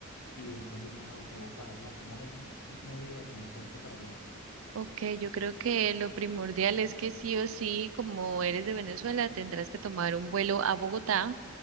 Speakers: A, on the left; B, on the right.
A: y después irme en autobús para allá. ¿Cómo es el medio de transporte para llegar?
B: Ok, yo creo que lo primordial es que sí o sí, como eres de Venezuela, tendrás que tomar un vuelo a Bogotá.